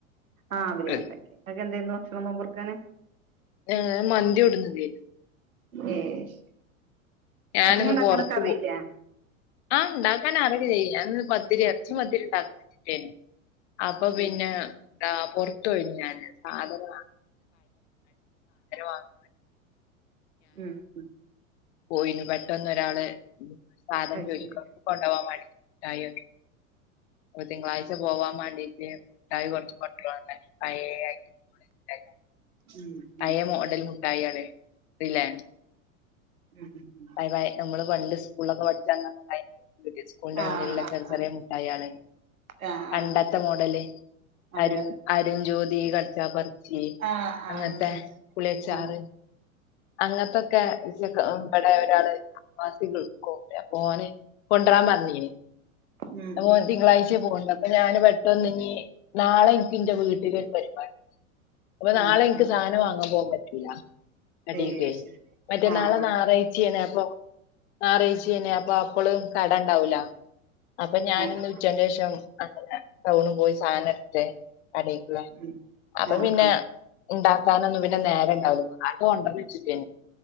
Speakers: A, on the right; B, on the left.
A: ആഹ് ബിരിയാണി
B: ഉം.
A: ണ്ടാക്കി ഇങ്ങക്കെന്തെന്നു ഭക്ഷണം നോമ്പ ർക്കാന്
B: ഏഹ് മന്തി കൊടുന്നുണ്ടെയിന്നു
A: ഏഹ് ശരി
B: ഞാനൊന്ന്
A: ഭക്ഷണം ഉണ്ടാക്കാനൊക്കെ
B: പുറത്തു
A: അറിയില്ലേ
B: പോയി ആഹ് ഇണ്ടാക്കാൻ അ റിം ക്കെ ചെയ്യും ഞാൻ ഇന്ന് പത്തിരി എർച്ചി പത്തിരി ണ്ടാക്കണം രതി ക്കേ നി അപ്പം പിന്നെ
A: ഉം
B: എന്താ പൊറത്ത് പോയി നി ഞാൻ സാധനം വാങ്ങാൻ <inaudible>
A: ഉം ഉം
B: പോയിന്നു. പെട്ടെന്ന് ഒരാള് സാധനം
A: അത്
B: ചോയ്ച്ച്ക്ക
A: ശരി
B: കൊണ്ടൊകാൻ വേണ്ടീട്ട് മുട്ടായി ഒകെ തിങ്കളാഴ്ച പോവാൻ വേണ്ടീട്ട് മുട്ടായി കുറച്ച് കൊണ്ട രോ റഞ്ഞാട്ട് പയേ ഐറ്റം മുട്ടായികള്
A: ഉം ഉം
B: പയേ മോഡൽ മുട്ടായികള് റിലാന്റ്
A: ഉം ഉം ഉം
B: പയെ പയേ നമ്മള് പണ്ട് സ്കൂളിലൊക്കെ പഠിച്ച അന്ന് <unintelligible> സ്കൂൾന്റെ
A: ആഹ്
B: മുന്നിലുള്ള ചെറിയ ചെറിയ
A: ആഹ്
B: മുട്ടായി യാള്
A: ആഹ്
B: പണ്ടത്തെ
A: ആഹ് ആഹ് ആഹ്
B: മോഡല്
A: അതെ
B: അരുൺ
A: അതെ
B: അരുൺജ്യോതി കടിച്ചാ പറി ച്ചി
A: ആഹ് ആഹ്
B: അങ്ങൻത്തെ
A: വിളിച്ചു വിളിച്ചു
B: പുളിയച്ചാറ്
A: ആഹ് ആഹ്
B: അങ്ങനത്തൊക്കെ ഇമ്പടെ ഒരാള് <unintelligible> അപ്പം ഓന് കൊണ്ടറാൻ പറഞ്ഞീ നി
A: ഉം
B: മോൻ
A: ഉം
B: തിങ്കളാഴ്ച്ച പോണേഅപ്പൊ ഞാന് പെട്ടന്ന് ഇഞ്ഞ്നാളെ ഇൻക്ക് ഇന്റെ വീട്ടില്ഒരു പര്പാടി അപ്പൊ
A: ഉം
B: നാളെ എനിക്ക്
A: ഉം
B: സാധനം വാങ്ങാൻ പോകാൻ പറ്റൂല അടിയക്കെ
A: ഏഹ് ശരി
B: മറ്റേന്നാള്െ
A: ആഹ് ആഹ്
B: ഞറാഴ്ച്ചയണെ അപ്പൊ ഞായറാഴ്ച്ച തണെ അപ്പൊ അപ്പള് കടണ്ടാവൂല അപ്പൊ ഞാനൊന്ന്
A: ആഹ്
B: ഉച്ചന്റെ ശേഷംന ടൗണ് പോയി സാധനം എടുട്ട കടക്കുള്ള
A: ഉം
B: അപ്പൊ
A: ആഹ്
B: പിന്നെ
A: ആഹ്
B: ഉണ്ടാക്കാനൊന്നും പിന്നെ നേരെ ഉണ്ടാവു അത്ുകൊണ്ടന്ന് വെച്ചിട്ടെ